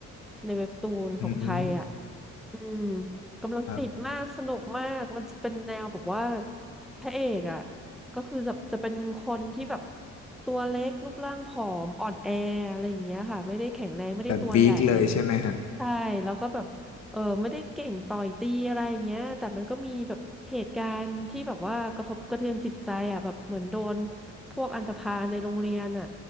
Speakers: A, in the centre; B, on the left (about 60°).
A: ในเว็บตูนของไทยอะ
B: อืม
A: อืมกำลังติดมากสนุกมากมันจะเป็นแนวแบบว่า
B: ครับ
A: พระเอกอ่ะก็คือจะจะเป็นคนที่แบบตัวเล็กรูปร่างผอมอ่อนแออะไรอย่างเงี้ยค่ะไม่ได้แข็งแรงไม่ได้ตัวใหญ่อะไรอย่างเงี้ย
B: แบบวีคเลยใช่ไหมฮะ
A: ใช่แล้วก็แบบเออไม่ได้เก่งต่อยตีอะไรอย่างเงี้ยแต่มันก็มีแบบเหตุการณ์ที่แบบว่ากระทบกระเทือนจิตใจอ่ะแบบเหมือนโดนพวกอันธพาลในโรงเรียนอ่ะ